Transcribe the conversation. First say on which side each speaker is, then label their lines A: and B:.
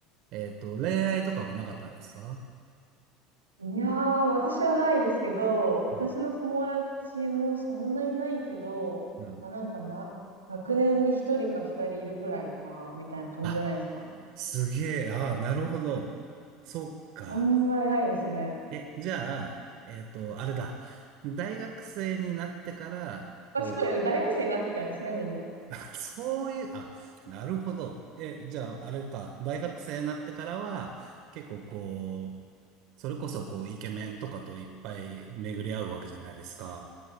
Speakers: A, on the right; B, on the right.
A: えっと、恋愛とかはなかったですか
B: いやー、私はないですけど、私の友達もそんなにないけど、
A: うん。うん
B: まあなんかな、学年に一人か二人いるくらいかな、みたいな感じじゃないですか。
A: あ、すげえ、ああ、なるほど。そっか。
B: あんまりないですね。
A: え、じゃあ、えっと、あれだ。大学生になってから、
B: まあ、
A: こう、
B: それで大学生になってからですね、みんな。
A: <laughs> そういう、あ、なるほど。え、じゃあ、あれか。大学生になってからは、結構こう、それこそこう、イケメンとかといっぱい巡り合うわけじゃないですか。